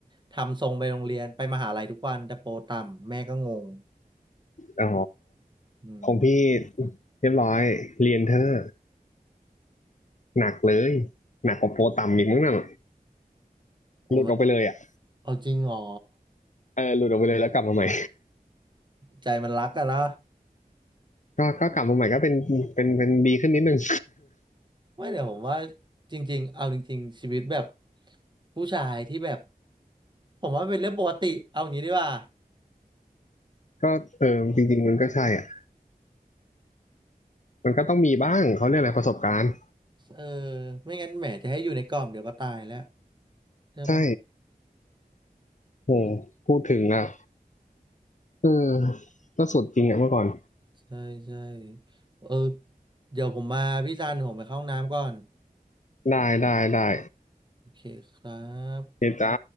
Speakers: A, on the right (about 30°); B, on the left (about 55°).
A: ทำทรงไปโรงเรียนไปมหาลัยทุกวันแต่โปรต่ำแม่ก็งง
B: อ๋อ
A: อืม
B: ของพี่เรียบร้อยเรียนเธอ หนักเลยหนักกว่าโปรต่ำอีกมั้งนั่น
A: ผมว่า
B: หลุดออกไปเลยอ่ะ
A: เอาจริงเหรอ
B: เออหลุดออกไปเลยแล้วกลับมาใหม่
A: ใจมันรักอะนะ
B: <laughs> ก็ก็กลับมาใหม่ก็เป็นเป็นเป็นดีขึ้นนิดนึง
A: ไม่เดี๋ยวผมว่าจริงๆเอาจริงๆชีวิตแบบผู้ชายที่แบบผมว่าเป็นเรื่องปกติเอาอย่างนี้ดีกว่า
B: <laughs> ก็เออจริงๆมันก็ใช่อ่ะมันก็ต้องมีบ้างเขาเรียกอะไรประสบการณ์
A: เออไม่งั้นแหมจะให้อยู่ในกล่องเดี๋ยวก็ตายแล้วใช่ปะ
B: ใช่โห
A: เออ
B: พูดถึงอ่ะเออก็สุดจริงอ่ะเมื่อก่อน
A: ใช่ใช่เออเดี๋ยวผมมาพี่ซันผมไปเข้าห้องน้ำก่อน
B: ได้ได้ได้
A: โอเคครับ
B: เฮยจ้า